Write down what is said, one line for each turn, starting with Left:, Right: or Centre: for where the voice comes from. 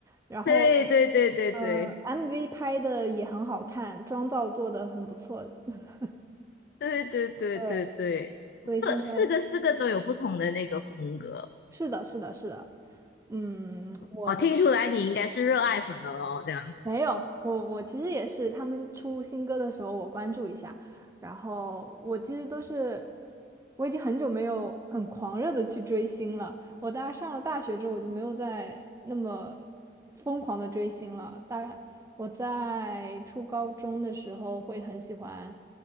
Right: 然后
Left: 对对对对对
Right: 呃，MV 拍的也很好看，妆造做的很不错。<laughs>
Left: 对对对对对，
Right: 对，所以现在
Left: 各四个四个都有不同的那个风格。
Right: 是的，是的，是的，嗯，我的。
Left: 哦，听出来你应该是热爱粉了哦，这样。
Right: 没有，我我其实也是，他们出新歌的时候我关注一下，然后我其实都是，我已经很久没有很狂热的去追星了。我大概上了大学之后，我就没有再那么疯狂的追星了。大概我在初高中的时候会很喜欢